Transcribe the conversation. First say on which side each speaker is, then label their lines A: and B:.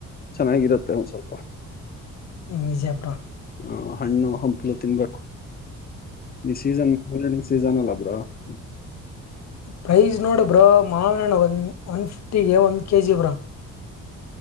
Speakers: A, on the left; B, on the left.
A: ಚೆನ್ನಾಗಿರತ್ತೆ ಒಂದ್ ಸ್ವಲ್ಪ
B: ಹ್ಮ್ ನಿಜ ಬ್ರೋ
A: ಹಾ. ಹಣ್ಣು ಹಮ್ಪ್ಲವು ತಿನ್ಬೇಕು ಈ ಸೀಸನ್ ಓನ್ಲಿ ನಿನ್ ಸೀಸನ್ ಅಲ್ಲ ಬ್ರೋ ಹ
B: ಪ್ರೈಜ್ ನೋಡು ಬ್ರೋ ಮಾವನ್ಹಣ್ಣು ಒನ್ ಒನ್ ಫಿಫ್ಟಿಗೆ ಒಂದ್ ಕೆಜಿ ಬ್ರೋ